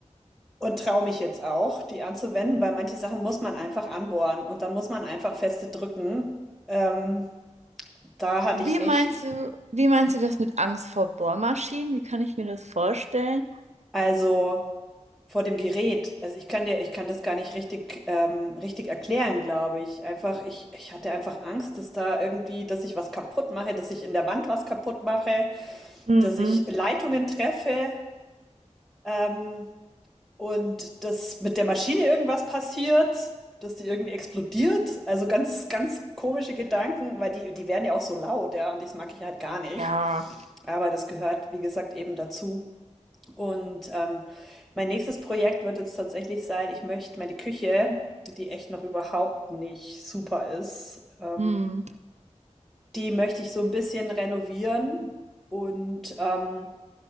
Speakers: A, in the centre; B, on the right.
A: und traue mich jetzt auch, die anzuwenden, weil manche Sachen muss man einfach anbohren und dann muss man einfach feste drücken. Ähm, da hatte
B: wie
A: ich echt,
B: meinst du, wie meinst du das mit Angst vor Bohrmaschinen? Wie kann ich mir das vorstellen?
A: also vor dem Gerät, also ich kann dir, ich kann das gar nicht richtig, ähm, richtig erklären, glaube ich. Einfach, ich, ich hatte einfach Angst, dass da irgendwie, dass ich was kaputt mache, dass ich in der Wand was kaputt mache,
B: Mhm.
A: dass ich Leitungen treffe. Ähm, Und dass mit der Maschine irgendwas passiert, dass die irgendwie explodiert. Also ganz, ganz komische Gedanken, weil die, die werden ja auch so laut, ja, und das mag ich halt gar nicht.
B: Ja,
A: Aber das gehört, wie gesagt, eben dazu. Und ähm, mein nächstes Projekt wird jetzt tatsächlich sein, ich möchte meine Küche, die echt noch überhaupt nicht super ist, ähm,
B: mm.
A: die möchte ich so ein bisschen renovieren und ähm,